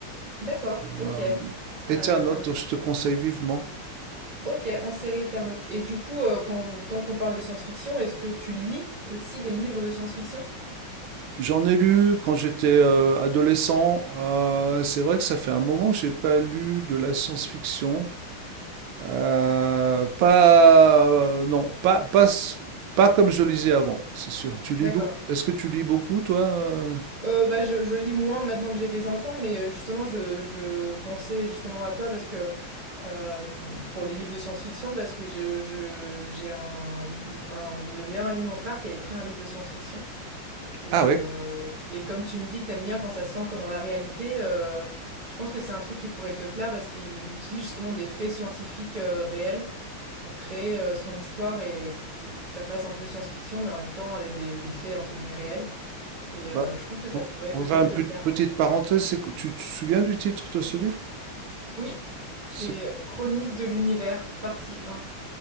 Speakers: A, on the right; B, on the right.
A: D'accord, ok.
B: Euh, Eternaut,
A: Euh,
B: je te conseille vivement.
A: ok, en série Eternaute. Et du coup, euh, quand, tant qu'on parle de science-fiction, est-ce que tu lis aussi des livres de science-fiction?
B: J'en ai lu quand j'étais euh, adolescent. Euh, c'est vrai que ça fait un moment que j'ai pas lu de la science-fiction. Euh, pas, euh, non, pas, pas, s- pas comme je lisais avant, c'est sûr. Tu lis
A: D'accord.
B: beaucoup. Est-ce que tu lis beaucoup, toi? euh
A: Euh, bah, je, je lis moins maintenant que j'ai des enfants, mais euh, justement, je, je pensais justement à toi parce que euh, pour les livres de science-fiction, parce que je- je- j'ai un, un- le meilleur ami de mon frère qui a écrit un livre de science-fiction. Et,
B: Ah ouais.
A: euh, et comme tu me dis que t'aimes bien quand ça s'ancre dans la réalité, euh, je pense que c'est un truc qui pourrait te plaire parce qu'il il utilise justement des faits scientifiques euh, réels pour créer euh, son histoire et que, c'est- que ça fasse un peu science-fiction, mais en même temps avec des, des faits entre guillemets réels. Et
B: Bah,
A: euh, je pense que ça
B: On
A: pourrait
B: on
A: peut-être
B: va ça une
A: te plaire.
B: petite parenthèse. c'est que- Tu te souviens du titre de ce livre?
A: Oui, c'est
B: C'est
A: Chronique de l'univers, partie un.